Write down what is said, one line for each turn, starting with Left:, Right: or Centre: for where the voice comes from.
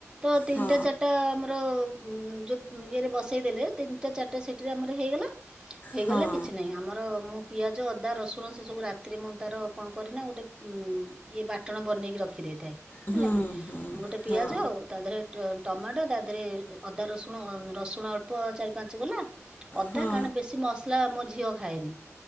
Right: ତ ତିନିଟା
Left: ହଁ
Right: ଚାରିଟା ଆମର ଉଁ ଯୋଉ ଇଏରେ ବସେଇ ଦେଲେ ତିନିଟା ଚାରିଟା ସିଟିରେ ଆମର ହେଇଗଲା। ହେଇଗଲେ
Left: ହଁ
Right: କିଛି ନାହିଁ ଆମର ମୁଁ ପିଆଜ, ଅଦା, ରସୁଣ ସେସବୁ ରାତିରେ ମୁଁ ତାର କଣ କରେନା ଗୋଟେ ଉମ ଇଏ ବାଟଣ ବନେଇକି ରଖିଦିଏ।
Left: ହଁ
Right: ହେଲା
Left: ହୁଁ
Right: କି
Left: ହୁଁ
Right: ଗୋଟେ ପିଆଜ
Left: ହଁ
Right: ତା ଦେହରେ ଟମାଟୋ ତା ଦେହରେ ଅଦା, ରସୁଣ ହ ରସୁଣ ଅଳ୍ପ ଚାରି ପାଞ୍ଚ କୋଲା ଅଦା
Left: ହଁ
Right: କାରଣ ବେଶୀ ମସଲା ମୋ ଝିଅ ଖାଏନି,